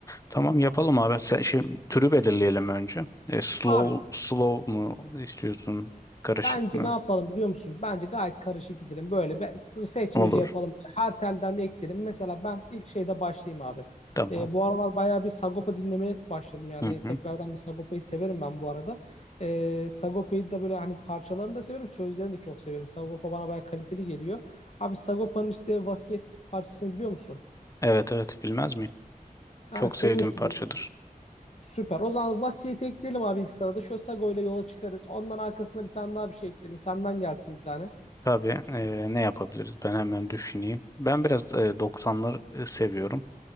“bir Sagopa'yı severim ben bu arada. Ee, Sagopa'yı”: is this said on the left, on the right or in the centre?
Left